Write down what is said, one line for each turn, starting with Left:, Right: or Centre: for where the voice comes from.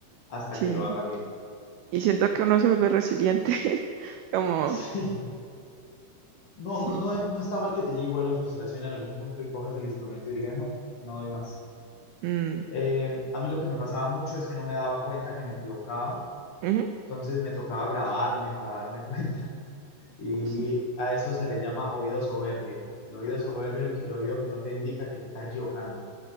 Left: hasta
Right: sí,
Left: que lo haga bien.
Right: y siento que uno se vuelve resiliente, <laughs> como,
Left: Sí. No,
Right: sí.
Left: no, no, es- no está mal que te llegue igual la frustración en algún punto y cojas el instrumento y digas, no, no doy más.
Right: mm,
Left: Eh, a mí lo que me pasaba mucho es que no me daba cuenta que me equivocaba,
Right: ujú,
Left: entonces me tocaba grabarme para darme <laughs> cuenta. Y
Right: sí,
Left: a eso se le llama oído soberbio. El oído soberbio es el, que- el oído que no te indica que te estás equivocando.